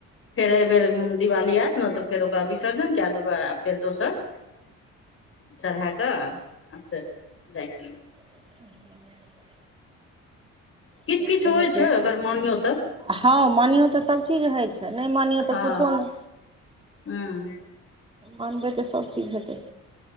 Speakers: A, on the left; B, on the right.
A: फेर एहिबेर दिवाली आयत ने तऽ फेर ओकरा विसर्जन केए देबै आ फेर दोसर चरहा कऽ आ फेर रैख लेब
B: <inaudible>
A: किछ
B: से
A: किछ
B: तऽ
A: होइ
B: होइते
A: छै अगर मानियौ तऽ
B: हँ मानियौ तऽ सभचीज होइत छै नै मानियौ तऽ
A: हँ
B: किछो नै
A: हँ
B: मानबै तऽ सभचीज हेतै